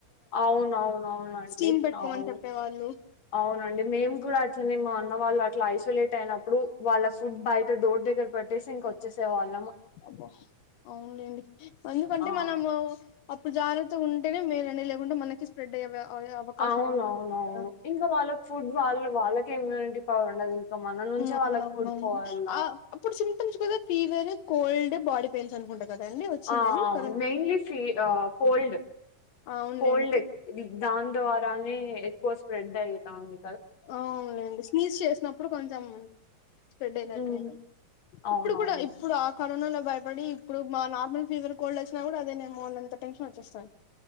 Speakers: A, on the left (about 55°); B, on the left (about 90°).
A: అవునవునఅవునండి
B: స్టీమ్ పెట్టుకోమని
A: అవును
B: చెప్పేవాళ్ళు
A: అవునండి మేము కూడా అట్లనే మా వాళ్లుఅట్లా ఐసోలేట్ అయినప్పుడు వాళ్ళ ఫుడ్ బయట డోర్ దగ్గర పెట్టేసి ఇంకా వచ్చేసే వాళ్ళు
B: అబో అవునండి ఎందుకంటే
A: ఆ!
B: మనము అప్పుడు జాగ్రత్తగా ఉం మేరం లేకుండా మనకి స్ప్రెడ్ అయ్యే అవ- అయ్యే అవకాశం
A: అవునవునవును
B: ఎక్కువ ఉంటుంది కదా
A: ఇంకా వాళ్ళకి ఫుడ్ వాళ్లు వాళ్లకే ఇమ్యూనిటీ పవర్ ఉండదు ఇంకా మన నుంచే
B: అవునవునవును
A: వాళ్ళకి ఫుడ్ పోవల్ల.
B: ఆ అప్పుడు సింటమ్స్ కూడా ఫీవర్ ఓల్డ్ బాడీపెయిన్స్ అనుకుంటా కదండి వచ్చినది
A: ఆ అవును
B: కరోనాకి
A: మెయిన్లీ ఫీ కోల్డ్
B: అవునులేండి
A: కోల్డ్ దాని ద్వారానే ఎక్కువ స్ప్రెడ్ అయితా ఉంది
B: అవులేండి స్నీజ్ చేసినప్పుడు కొంచెం స్ప్రెడ్ అయినట్టు
A: హ్మ్.
B: ఉంటుంది
A: అవునవును.
B: ఇప్పుడు కూడా ఇప్పుడు కరోనాలో భయపడి ఇప్పుడు మా నార్మల్ ఫీవర్ కోల్డ్ వచ్చినా కూడా అదే నేమ ఎంత టెన్షన్ వచ్చేస్తాను